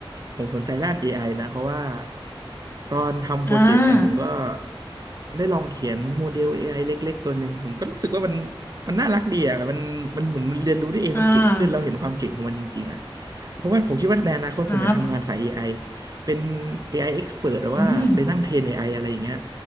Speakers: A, on the right; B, on the left.
A: ผมสนใจด้าน AI นะเพราะว่าตอนทำโปรเจกต์เนี่ยผมก็
B: อ่า
A: ได้ลองเขียนโมเดล AI เล็กๆตัวหนึ่งผมก็รู้สึกว่ามันมันน่ารักดีอ่ะมันมันเหมือนมันเรียนรู้ได้เองมันเก่งขึ้นเราเห็นความเก่งของมันจริงๆอ่ะ
B: อ่า
A: เพราะว่าผมคิดว่าในอนาคตผมอยากทำงานสาย
B: อ่า
A: AI เป็น AI expert หรือว่าไปนั่งเทรน
B: อืม
A: AI อไออะไรอย่างเงี้ย